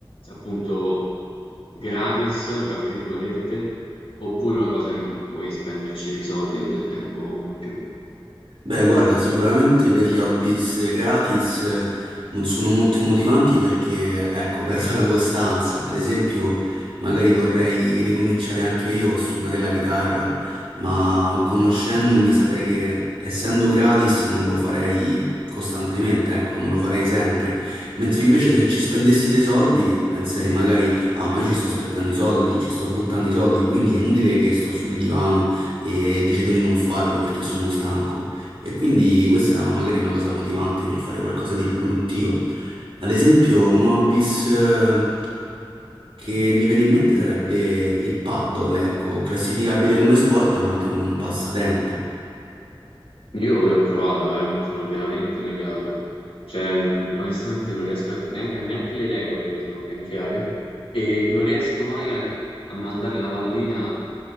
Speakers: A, on the left; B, on the right.
A: appunto gratis, tra virgolette, oppure una cosa che vuoi spenderci dei soldi o del tempo in più.
B: Beh, guarda, sicuramente per gli hobbies gratis eh, non sono molto motivanti perché, ecco, <laughs> perdo la costanza. Ad esempio, magari vorrei ricominciare anche io a suonare la chitarra, ma conoscendomi saprei che essendo gratis non lo farei costantemente, ecco, non lo farei sempre. Mentre invece se ci spendessi dei soldi, penserei magari, ah, ma io ci sto aspettando i soldi, ci sto buttando i soldi, quindi è inutile che sto sul divano e decido di non farlo perché sono stanco. E quindi questa è magari è una cosa motivante per fare qualcosa di più produttivo. Ad esempio, un hobbies eh, che mi viene in mente sarebbe il paddle, ecco, classificabile come sport, ma anche come un passatempo.
A: Io ho provato, eh, sono veramente negato. Cioè, mh, onestamente non riesco a, neanche, neanche le regole mi sono ben chiare e non riesco mai a, a mandare la pallina